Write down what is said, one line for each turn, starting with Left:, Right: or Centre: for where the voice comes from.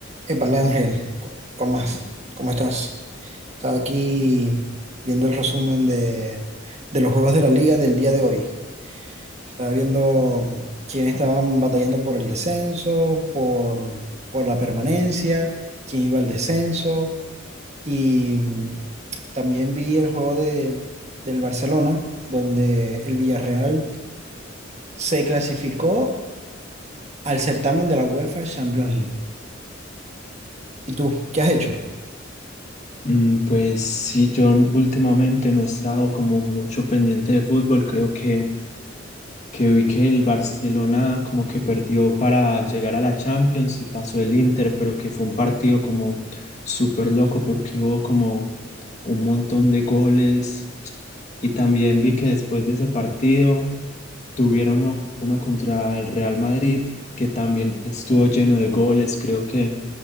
Right: Épale, Ángel, co- ¿cómo, has- cómo estás? Estaba aquí viendo el resumen de, de los juegos de la liga del día de hoy. Estaba viendo quiénes estaban batallando por el descenso, por, por la permanencia, quién iba al descenso. Y mm, también vi el juego de, del Barcelona, donde el Villarreal se clasificó al certamen de la UEFA Champions League. ¿Y tú, qué has hecho?
Left: Mm, Pues sí, yo últimamente no he estado como mucho pendiente de fútbol. Creo que, que vi que el Barcelona como que perdió para llegar a la Champions y pasó el Inter, pero que fue un partido como súper loco porque hubo como un montón de goles. Y también vi que después de ese partido tuvieron uno, uno contra el Real Madrid, que también estuvo lleno de goles. Creo que